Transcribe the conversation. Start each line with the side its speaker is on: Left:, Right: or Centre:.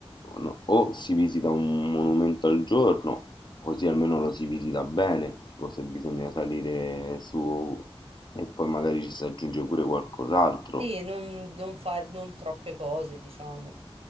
Left: no, o si visita un monumento al giorno, così almeno lo si visita bene, tipo se bisogna salire su e poi magari ci si aggiunge pure qualcos'altro.
Right: Sì, non, non fare non troppe cose, diciamo,